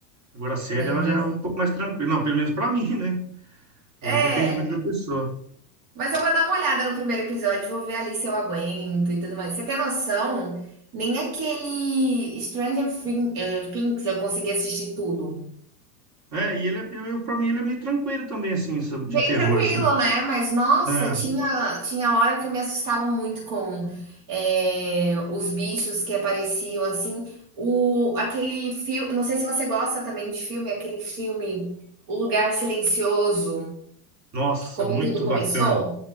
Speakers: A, on the right (about 35°); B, on the right (about 55°).
A: Agora a série ela
B: mas
A: já é um pouco mais tranquila, não, pelo menos pra <laughs> mim, né? É,
B: é.
A: depende muito da pessoa.
B: Mas eu vou dar uma olhada no primeiro episódio, vou ver ali se eu aguento e tudo mais. Você tem noção? Nem aquele Stranger Thing- eh, Things eu consegui assistir tudo.
A: É, e ele é- eu, eu para mim ele é meio tranquilo também assim, sobre
B: Bem
A: de terror
B: tranquilo,
A: assim.
B: né? Mas nossa,
A: Ah,
B: tinha, tinha hora que eu me assustava muito com eh, os bichos que apareciam assim. O, aquele filme, não sei se você gosta também de filme, aquele filme O Lugar Silencioso,
A: nossa,
B: como
A: muito
B: tudo começou.
A: bacana.